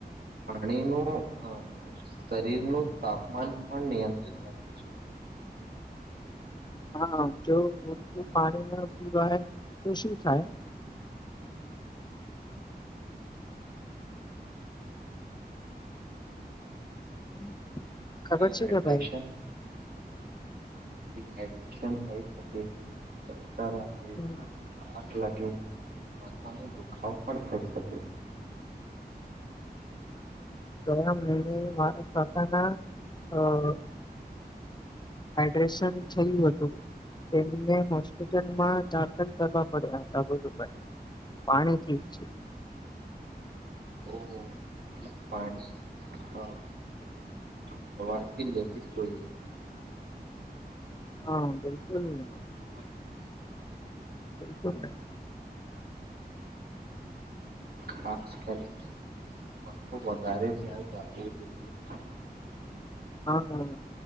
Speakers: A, on the right; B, on the left.
A: પાણીનું શરીરનું તાપમાન પણ નિયંત્રિત રાખે છે. <inaudible>
B: હા જો પૂરતું પાણીમાં પીવાય તો શું થાય?
A: <inaudible>
B: <inaudible> ખબર
A: ડીહાઇડ્રેશન
B: છે કે ભાઈ
A: હડ્રેશન થઈ શકે ચક્ક
B: હમ,
A: લ આગ લાગે કે માથા નો દુખાવ પણ થઈ શકે.
B: જોયા મહને મારા પોતાના અ હાઈડ્રેશન થયું હતું. તેમને હોસ્પિટલમાં દાખલ કરવા પડ્યા હતા ગુરુબાઈ પાણી થી છે.
A: ઓ <unintelligible> પાણી <unintelligible> વારતી લેવી જ જોઈએ.
B: હા <unintelligible>
A: <inaudible>
B: બિલકુલ <inaudible>
A: ખાસ કરીને ઉનાળામાં તો <unintelligible> રાખવું જોઈએ. <inaudible>
B: હમ